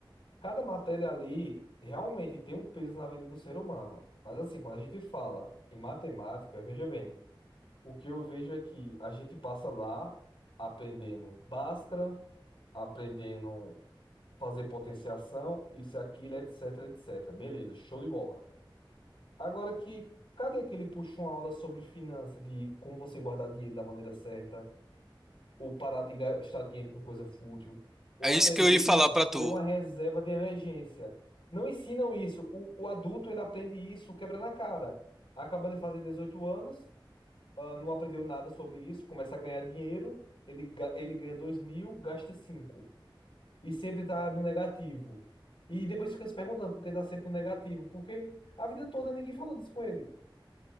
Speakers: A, on the left; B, in the centre.
A: Cada matéria ali realmente tem um peso na vida do ser humano. Mas assim, quando a gente fala em matemática, veja bem. O que eu vejo é que a gente passa lá aprendendo Bhaskara, aprendendo fazer potenciação, isso e aquilo, etc, etc. Beleza, show de bola. Agora que, cadê aquele puxa uma aula sobre finança, de como você guardar dinheiro da maneira certa, ou parar de gastar dinheiro com coisa fútil, ou
B: É
A: até
B: isso que
A: mesmo
B: eu ia falar pra tu.
A: ter uma reserva de emergência. Não ensinam isso. O, o adulto, ele aprende isso quebra na cara. Acaba de fazer 18 anos, ah, não aprendeu nada sobre isso, começa a ganhar dinheiro, ele, ga- ele ganha dois mil, gasta cinco E sempre tá no negativo. E depois fica se perguntando por que tá sempre no negativo, porque a vida toda ninguém falou disso com ele.